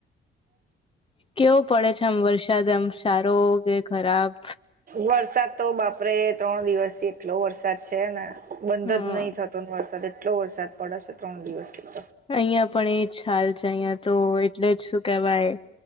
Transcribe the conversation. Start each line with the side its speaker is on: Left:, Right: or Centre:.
Left: કેવો પડે છે આમ વરસાદ આમ સારો કે ખરાબ?
Right: વરસાદ તો બાપરે ત્રણ દિવસથી એટલો વરસાદ છે ને બંધ
Left: હા
Right: જ નઈ થતો ન વરસાદ એટલો વરસાદ પડસ ત્રણ દિવસનો
Left: અહિંયા પણ એ જ હાલ છે. અહિંયા તો એટલે જ શું કેવાય.